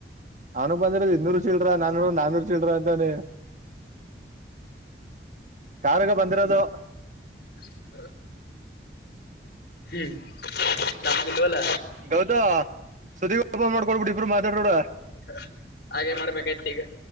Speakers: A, on the right (about 45°); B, on the left (about 60°).
A: ಅವ್ನು ಬಂದರ ಇನ್ನೂರ್ ಚಿಲ್ರ ನಾನ ನಾನೂರ್ ಚಿಲ್ರ ಅಂತಾನೆ. ಕಾರಾಗ ಬಂದಿರೋದು.
B: <unintelligible> ಹ್ಮ್ಮ್ ನಮ್ದ್ ಇಲ್ಲ್ವಾಲ್ಲ
A: ಹೌದ <inaudible> ಸುದಿಗಪ ಮಾಡ್ಕೊಡ್ಬಿಡ್ ಇಬ್ರು ಮಾತಾಡಬಿಡ್
B: <inaudible> ಹಾಗೆ ಮಾಡ್ಬೇಕಾಗಿತ್ತ ಈಗ